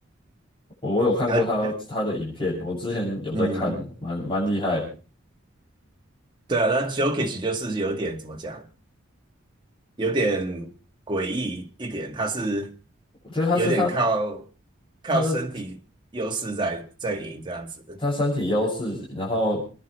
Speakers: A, on the left; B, on the right.
A: 我我有看过他他的影片，
B: 然后
A: 我之前有在看，
B: 嗯嗯，
A: 蛮蛮厉害的。
B: 对啊，那 Jokic 就是有点怎么讲，有点诡异一点，他是
A: 我觉得他是他
B: 有点靠靠身体优势在在赢这样子。
A: 他是他身体优势，然后